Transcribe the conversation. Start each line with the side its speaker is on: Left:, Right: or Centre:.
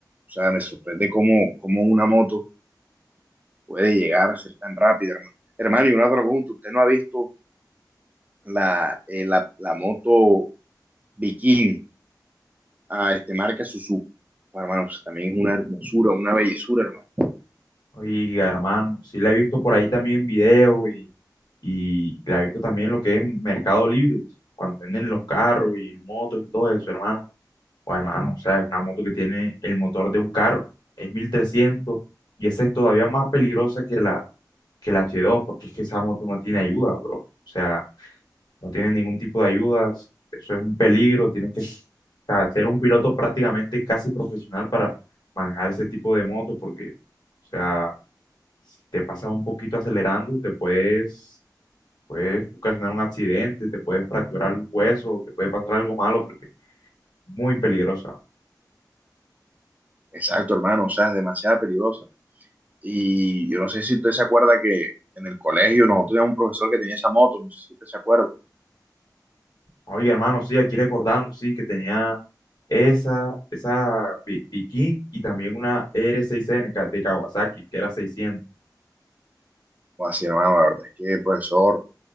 Right: o sea, me sorprende cómo, cómo una moto puede llegar a ser tan rápida, hermano. Hermano, y una pregunta, ¿usted no ha visto la, eh, la, la moto Viking a este marca Suzuki? Bueno, hermano, o sea, también es una hermosura, una bellezura, hermano.
Left: Oiga, hermano, sí la he visto por ahí también en video y, y la he visto también en lo que es Mercado Libre, cuando venden los carros y motos y todo eso, hermano. O hermano, o sea, es una moto que tiene el motor de un carro, es 1300 y esa es todavía más peligrosa que la, que la h dos porque es que esa moto no tiene ayuda, bro. O sea, no tiene ningún tipo de ayudas, eso es un peligro, tienes que s- o sea, ser un piloto prácticamente casi profesional para manejar ese tipo de moto porque, o sea, si te pasas un poquito acelerando, te puedes, puedes ocasionar un accidente, te puedes fracturar algún hueso, te puede pasar algo malo porque es muy peligrosa.
Right: Exacto, hermano, o sea, es demasiado peligrosa. Y yo no sé si usted se acuerda que en el colegio nosotros teníamos un profesor que tenía esa moto, no sé si usted se acuerda.
Left: Oye, hermano, sí, aquí recordando, sí, que tenía esa, esa Pi- Piquín y también una R6N ca- de Kawasaki, que era seiscientos
Right: O así, hermano, la verdad es que el profesor,